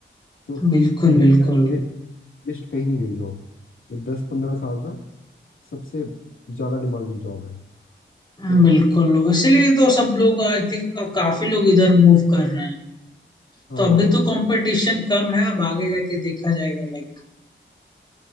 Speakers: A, on the left (about 85°); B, on the left (about 20°).
A: तो
B: बिल्कुल
A: डेटा
B: बिल्कुल
A: एनालिस्ट कहीं नहीं गई जॉब ये दस पंद्रह साल तक सबसे ज़्यादा डिमांडिंग जॉब है तो
B: हम्म, बिल्कुल इसीलिए तो सब लोग आई थिंक काफी लोग इधर मूव कर रहे हैं
A: हाँ
B: तो अभी तो कंपटीशन कम है अब आगे जाके देखा जाएगा लाइक